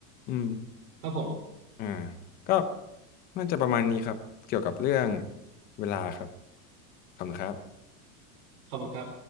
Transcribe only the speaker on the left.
อืม
อ่าก็น่าจะประมาณนี้ครับเกี่ยวกับเรื่องเวลาครับขอบคุณครับ